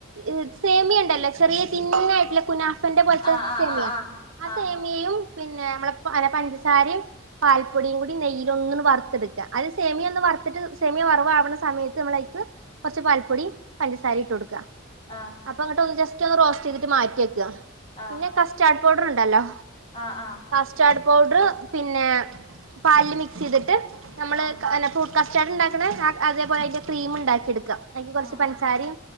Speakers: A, on the right (about 70°); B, on the left (about 25°).
A: ഇ സേമിയ ഇണ്ടല്ലോ ചെറിയ തിന്നായിട്ടുള്ള കുനാ ഫാന്റെ പോലത്തെ
B: ആഹ് ആഹ്
A: സേമിയ
B: ആഹ്
A: ആ
B: ആഹ്
A: സേമിയെയും പിന്നെ നമ്മളെപ് പഞ്ചസാരയും പാൽപ്പൊടിയും കൂടി നെയ്യില് ഒന്നും വറുത്തെടുക്ക അത് സെമിയ ഒന്ന് വറുത്തിട്ട് സെമിയ വറവ്വാകണ സമയത്ത് നമ്മള് അയി കൊർച്ച് പാൽപ്പൊടിയും പഞ്ചസാരയും ഇട്ട് കൊടുക്കുക
B: ആഹ്
A: അപ്പൊ അങ്ങോട്ട് ഒന്ന് ജസ്റ്റ് ഒന്ന് റോസ്റ്റ് ചെയ്തിട്ട് മാറ്റി വെക്കാ
B: ആഹ്
A: പിന്നെ കസ്റ്റാർഡ് പൗഡർ ഉണ്ടല്ലോ
B: ആഹ് ആഹ്
A: കസ്റ്റാർഡ് പൗഡറ് പിന്നെ പാൽല്ല് മിക്സ് ചെയ്തിട്ട് നമ്മള്
B: ആഹ്
A: കസ്റ്റേർഡ് ഉണ്ടാക്കണ അതേപോലെ അതിന്റെ ക്രീം ഉണ്ടാക്കി എടുക്ക അതിക്ക് കുറച്ച്
B: ആഹ്
A: പൻസാരീം.